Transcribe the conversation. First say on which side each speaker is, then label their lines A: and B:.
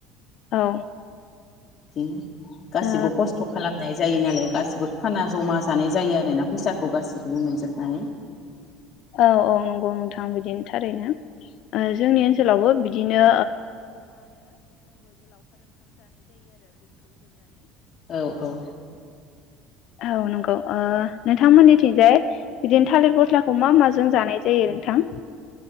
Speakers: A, on the left; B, on the left.
A: औ
B: बिदिनो गासिबो
A: ओ
B: खस्थ' खालाम नाय जायो नालाय गासिबो खाना जमा जानाय जायो आरोना फैसाखौ गाससिखौबो मोनजोबनानै
A: औ औ नंगौ नोंथां बिदिनि थारैनो ओ जोंनि ओनसोल सोलावबो बिदिनो
B: औ औ
A: औ नंगौ ओ नोंथांमोननिथिंजाय बिदिनो थालिर गस्ला खौ मा माजों जानाय जायो नोंथां?